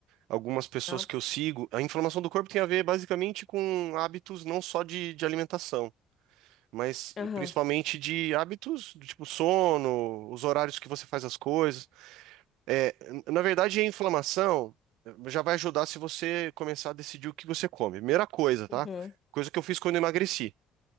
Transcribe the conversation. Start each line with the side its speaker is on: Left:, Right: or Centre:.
Right: algumas pessoas
Left: Ah,
Right: que eu sigo. A inflamação do corpo tem a ver basicamente com hábitos não só de, de alimentação, mas
Left: Aham.
Right: eh, principalmente de hábitos do tipo sono, os horários que você faz as coisas. É, na verdade, a inflamação já vai ajudar se você começar a decidir o que você come. Primeira coisa, tá?
Left: Uhum.
Right: Coisa que eu fiz quando eu emagreci.